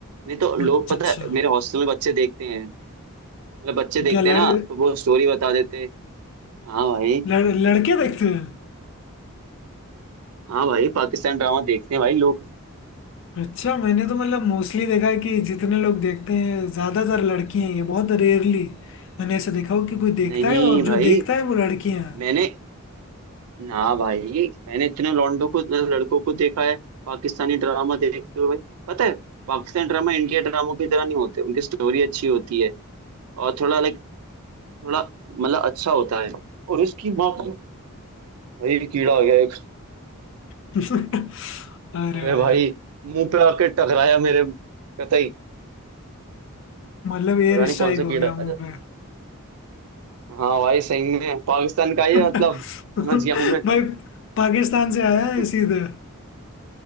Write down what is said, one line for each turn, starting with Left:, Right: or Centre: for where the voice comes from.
Right: नहीं तो लोग
Left: अच्छा
Right: पता
Left: अच्छा
Right: है मेरे हॉस्टल में बच्चे देखते हैं मतलब बच्चे देखते
Left: क्या लड़,
Right: हैं ना तो वो स्टोरी बता देते हैं हाँ भाई
Left: लड़ लड़के देखते हैं
Right: हाँ भाई पाकिस्तान ड्रामा देखते हैं भाई लोग
Left: अच्छा मैंने तो मतलब मोस्टली देखा है कि जितने लोग देखते हैं ज्यादातर लड़की हैं ये बहुत रेयरली मैंने ऐसा देखा हो कि कोई देखता
Right: नहीं
Left: है और
Right: भाई
Left: जो देखता है वो लड़कियां हैं
Right: मैंने हाँ भाई मैंने इतने लौंडों को लड़कों को देखा है पाकिस्तानी ड्रामा देखते हुए पता है पाकिस्तान ड्रामा इंडिया ड्रामों की तरह नहीं होते उनकी स्टोरी अच्छी होती है और थोड़ा लाइक थोड़ा मतलब अच्छा होता है और इसकी माँ का भाई कीड़ा हो गया एक
Left: <laughs> अरे
Right: अरे
Left: भाई
Right: भाई मुंह पे आके टकराया मेरे कतई
Left: मतलब एयर
Right: पता नहीं
Left: स्ट्राइक
Right: कौन सा
Left: हो
Right: कीड़ा
Left: गया
Right: है।
Left: मुंह
Right: अच्छा
Left: पे
Right: हाँ भाई सही में पाकिस्तान का ही
Left: <laughs>
Right: है, मतलब
Left: भाई
Right: समझ गया हूँ मैं
Left: पाकिस्तान से आया है
Right: <laughs>
Left: सीधे